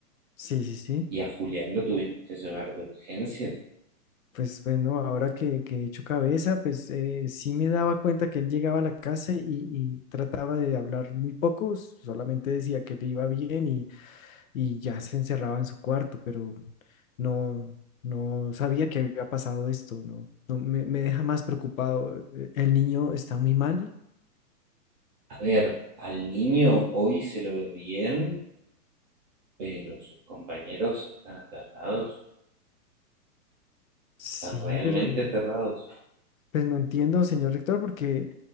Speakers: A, on the left; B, on the right.
A: sí, sí, sí.
B: y a Julián lo tuvimos que llevar de urgencias.
A: Pues bueno, ahora que, que he hecho cabeza, pues eh, sí me daba cuenta que él llegaba a la casa y, y trataba de hablar muy poco, solamente decía que le iba bien y, y ya se encerraba en su cuarto, pero no, no sabía que había pasado esto, ¿no? No, me, me deja más preocupado. Eh, ¿El niño está muy mal?
B: A ver, al niño hoy se lo ve bien, pero sus compañeros están aterrados,
A: Sí,
B: están realmente
A: pero
B: aterrados.
A: pues no entiendo, señor rector, porque...